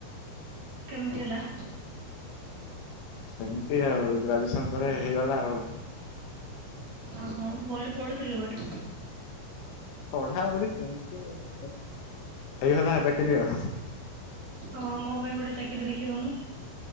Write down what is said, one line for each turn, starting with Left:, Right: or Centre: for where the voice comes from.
Right: କେମିତି ହେଲା?
Left: ସେମିତି ଆଉ ଗ୍ରାଜୁଏସନ୍ ପରେ ହେଇଗଲା ଆଉ।
Right: ଅ ହ ଭଲ ପଡୁଥିଲୁ ବୋଧେ?
Left: ପଢା ପଢି ସେମିତି ହେଇଗଲା ଚାକିରି ଆଉ।
Right: ହଁ ମୋ ପାଇଁ ଗୋଟେ ଚାକିରି ଦେଖିଦଉନୁ।